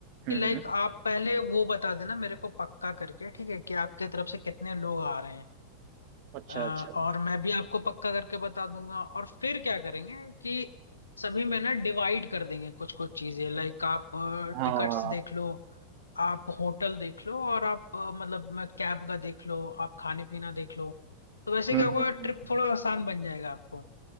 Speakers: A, on the right (about 45°); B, on the left (about 75°).
A: हम्म,
B: कि लाइक
A: हम्म,
B: आप पहले वो बता देना मेरे को पक्का करके ठीक है कि आपके तरफ से कितने लोग आ रहे हैं
A: अच्छा
B: अ,
A: अच्छा
B: और मैं भी आपको पक्का करके बता दूंगा और फिर क्या करेंगे कि सभी में ना डिवाइड कर देंगे कुछ कुछ चीजें लाइक आप
A: हाँ
B: टिकट्स देख लो आप होटल देख लो और आप अ, मतलब मैं कैब का देख लो आप खाने पीना देख लो तो वैसे
A: हम्म,
B: क्या होगा
A: हम्म,
B: ट्रिप
A: हम्म,
B: थोड़ा
A: हम्म।
B: आसान बन जाएगा आपको